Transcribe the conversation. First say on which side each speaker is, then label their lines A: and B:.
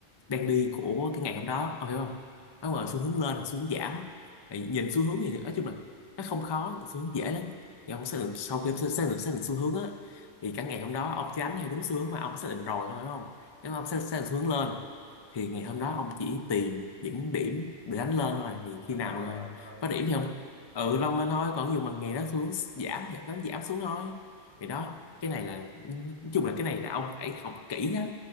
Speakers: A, on the left; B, on the left.
A: đang đi của cái ngày hôm đó ông hiểu không nó mà
B: hiểu
A: xu hướng lên xu hướng giảm thì nhìn xu hướng thì nói chung là nó không khó xu hướng dễ lắm thì ông xác định sau khi ông xác xác định xác định xu hướng á thì cả ngày hôm đó ông chỉ đánh theo đúng xu hướng mà ông xác định rồi thôi đúng không nếu mà ông xác, xác định xu hướng lên thì ngày hôm đó ông chỉ tìm những điểm để đánh lên thôi thì khi
B: đánh
A: nào
B: lòn
A: mà
B: lên thôi
A: có điểm thì ông ừ long lên thôi còn dù mà ngày đó xu hướng giảm thì ông đánh giảm xuống thôi
B: Ờ,
A: thì đó
B: hiểu
A: cái này là nói chung là cái này là ông phải học kỹ lắm